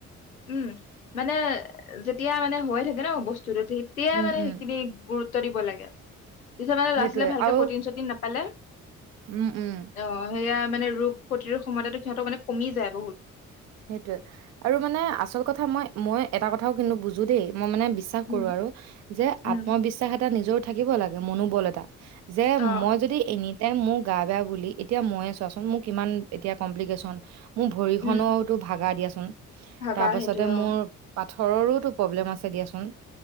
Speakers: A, on the left; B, on the right.
A: উম মানে এতিয়া মানে হৈ থাকে ন বস্তু তেতিয়াই,
B: উম
A: মানে
B: উম
A: সেইখিনি গুৰুত্ব উত দিব লাগে। পিছত মানে
B: সেইটোৱে
A: ল'ৰা-ছোৱালীয়ে ভালকে
B: আৰু
A: প্ৰটিন চটিন নাপালে
B: উম উম
A: অ সেয়া মানে ৰোগ প্ৰতিৰোধ ক্ষমতাটো সিহঁতক মানে কমি যায় বহুত।
B: সেইটোৱে আৰু মানে আচল কথা মই-মই এটা কথাও কিন্তু বুজো দেই। মই মানে বিশ্বাস
A: উম
B: কৰো আৰু যে,
A: উম
B: আত্মবিশ্বাস এটা নিজৰ থাকিব লাগে, মনোবল এটা। যে
A: অ
B: মই যদি এনি তে মোৰ গা বেয়া বুলি এতিয়া ময়ে চোৱাচোন মোৰ কিমান এতিয়া কমপ্লিকেশ্যন, মোৰ ভৰিখনত
A: উম
B: ভাগা দিয়াচোন,
A: ভাগা
B: তাৰ পাছতে
A: সেইটোৱে
B: মোৰ,
A: অ
B: পাথৰৰো টো প্ৰব্লেম আছে দিয়াচোন।